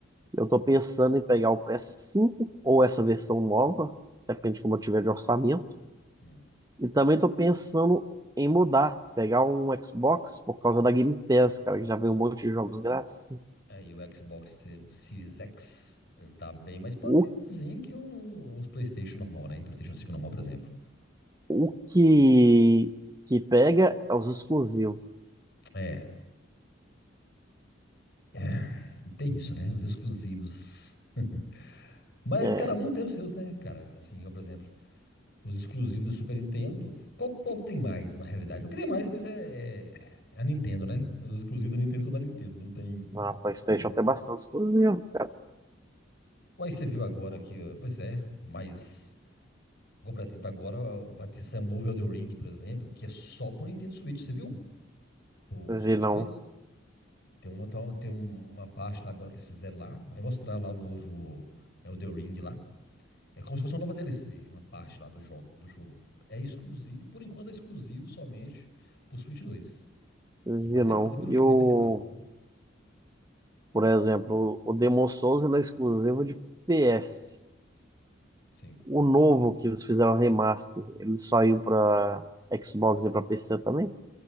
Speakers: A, on the right; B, on the left.
A: Eu tô pensando em pegar o ps cinco ou essa versão nova, depende de como eu tiver de orçamento.
B: hum.
A: E também tô pensando em mudar, pegar um Xbox por causa da Game Pass, cara, que já vem um monte de jogos grátis.
B: Aí o Xbox Ser- Series X, ele tá bem mais potentezinho
A: O
B: que o- os PlayStation normal, né? PlayStation cinco normal, por exemplo.
A: O que, que pega é os exclusivos.
B: É, é, tem isso, né? Os exclusivos. <laughs> Mas
A: É,
B: cada um tem os seus, né, cara? Assim, eu, por exemplo, os exclusivos da Super Nintendo. Qual, qual tem mais, na realidade? O que tem mais mesmo é, é a Nintendo, né? Os exclusivos da Nintendo são da Nintendo, não tem,
A: na
B: não
A: PlayStation
B: tem como.
A: tem bastante exclusivo, cara.
B: Uai, você viu agora que, ó, pois é, mas, igual, por exemplo, agora ó, vai ter sair um novo Elden Ring, por exemplo, que é só pro Nintendo Switch, você viu? Pro
A: Vi
B: Switch
A: não,
B: dois Tem uma, tem uma- tem uma parte lá agora que eles fizeram lá, aí mostrar lá o novo Elden Ring lá. É como se fosse uma nova DLC, uma parte lá do jogo, do jogo. É exclusivo, por enquanto é exclusivo somente pro Switch dois
A: vi
B: E vai ser
A: não.
B: massa, pelo
A: E
B: que
A: o,
B: eu vi, vai ser massa.
A: por exemplo, o Demon Souls ele é exclusivo de PS.
B: Sim,
A: O novo que eles fizeram remaster, ele saiu pra Xbox e pra PC também.